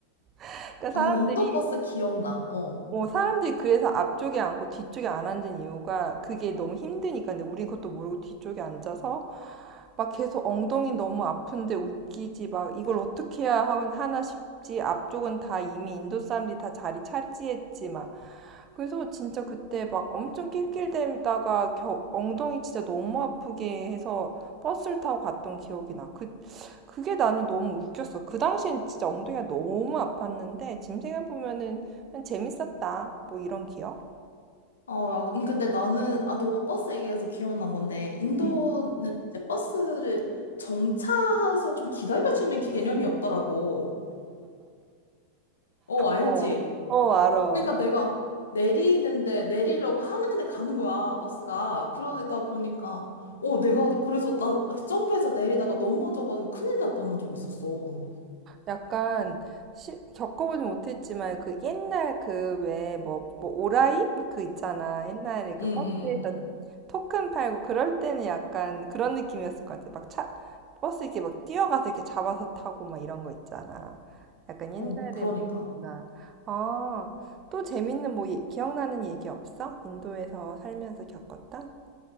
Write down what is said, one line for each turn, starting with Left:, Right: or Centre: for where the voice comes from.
Right: <laughs> 그러니까 사람들이
Left: 어, 인도버스 기억나, 어.
Right: 어, 사람들이 그래서 앞쪽에 앉고 뒤쪽에 안 앉은 이유가 그게 너무 힘드니까. 근데 우린 그것도 모르고 뒤쪽에 앉아서 막 계속 엉덩이 너무 아픈데 웃기지. 막 이걸 어떻게 해야 하- 하나 싶지. 앞쪽은 다 이미 인도 사람들이 다 자리 차지했지. 막 그래서 진짜 그때 막 엄청 낄낄대다가 겨- 엉덩이 진짜 너무 아프게 해서 버스를 타고 갔던 기억이 나. 그, 그게 나는 너무 웃겼어. 그 당시엔 진짜 엉덩이가 너무 아팠는데 지금 생각해보면은 그냥 재밌었다. 뭐 이런 기억?
Left: 어, 야, 아니, 근데 나는, 아, 너가 버스 얘기해서 기억난 건데, 인도는
Right: 응.
Left: 이제 버스를 정차해서 좀 기다려주는 개념이 없더라고. 어, 알지?
Right: 어, 어, 알아.
Left: 그러니까 내가 내리는데, 내리려고 하는데 가는 거야, 버스가. 그러다 보니까, 어, 내가, 그래서 나 점프해서 내리다가 넘어져가지고 큰일 날 뻔한 적 있었어.
Right: 약간 시- 겪어보지 못했지만 그 옛날 그 왜 뭐 뭐 오라이 뭐 그 있잖아 옛날에 그
Left: 응, 응.
Right: 버스에서 토큰 팔고 그럴 때는 약간 그런 느낌이었을 것 같아 막 차 버스 이렇게 막 뛰어가서 이렇게 잡아서 타고 막 이런 거 있잖아 약간 옛날에
Left: 어, 그러니까.
Right: 뭐나 아 또 재밌는 뭐 예- 기억나는 얘기 없어? 인도에서 살면서 겪었던?